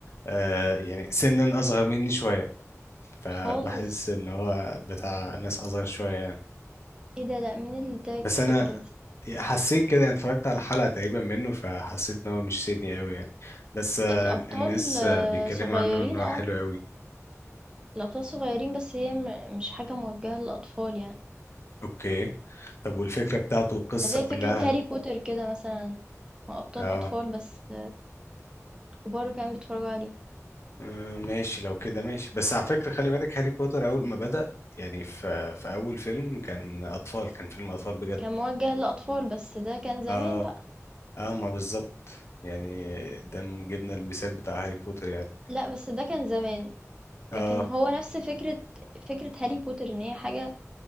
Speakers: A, on the left; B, on the right.
A: آه يعني سنا اصغر مني شوية فبحس
B: خالص
A: ان هو بتاع ناس اصغر شوية
B: ايه ده لا مين اللي اداك
A: بس
B: الفكره
A: انا
B: دي
A: حسيت كده أنا اتفرجت على حلقة تقريبا منه فحسيت ان هو مش سيدني قوي يعني بس آه،
B: الابطال
A: الناس
B: آه،
A: آه، بيتكلموا
B: صغيرين
A: عنه ان هو
B: اه
A: حلو قوي
B: الابطال صغيرين بس هي م... مش حاجه موجهه للاطفال يعني
A: اوكي طب والفكرة بتاعته القصة
B: زي
A: كلها
B: فكره هاري بوتر كده مثلا هو ابطال
A: اه
B: اطفال بس آه، كبار كمان بيتفرجوا عليه
A: آه، ماشي لو كده ماشي بس على فكرة خلي بالك هاري بوتر اول ما بدأ يعني في في اول فيلم كان اطفال كان فيلم اطفال بجد
B: كان موجه للأطفال، بس ده كان زمان
A: اه
B: بقى،
A: اه ما بالظبط يعني ده جبنا المثال بتاع هاري بوتر يعني
B: لأ بس ده كان زمان،
A: اه
B: لكن هو نفس فكرة فكرة هاري بوتر إن هي حاجة